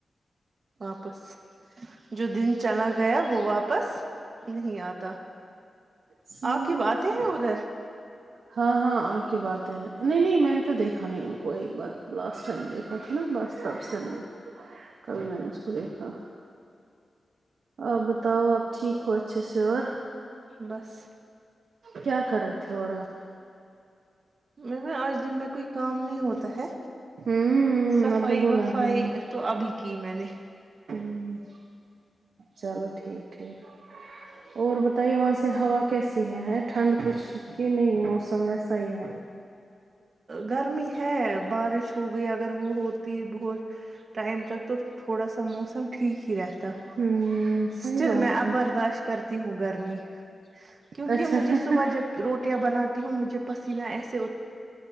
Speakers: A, on the right; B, on the right.
A: واپس جو دن چلا گیا وہ واپس نہیں آتا
B: صحیح
A: آپکی
B: بات
A: باتیں ہے ادھر
B: ہاں ہاں آپ بات ہے نہیں نہیں میں نے تو دیکھا نہیں ان کو ایک بار لاسٹ ٹائم دیکھا تھا نا بس تب سے کل میں نے اس کو دیکھا آپ بتاؤ آپ ٹھیک ہو اچھے سے اور
A: بس
B: کیا کر رہے تھے اور آپ
A: مکو آج دن میں کوئی کام نہیں ہوتا ہے
B: ہوں
A: صفائی
B: آپ نے بولا
A: وفائی
B: ہاں
A: تو ابھی کی میں نے
B: ہوں چلو ٹھیک ٹھیک اور بتائیے وہاں سے ہوا کیسی ہے ہے ٹھنڈ کچھ کہ نہیں موسم ویسا ہی ہے
A: گرمی ہے بارش ہو گئی اگر وہ ہوتی بہت تہم تک تور تھوڑا سا موسم ٹھیک ہی رہے تا
B: ہوں صحیح
A: اسٹل
B: بات
A: میں اب
B: ہے
A: برداشت کرتی ہوں گرمی کیونکہ
B: اچھا
A: مجھے
B: ہاں
A: صبح جب روٹیاں بناتی ہوں مجھے پسینہ ایسا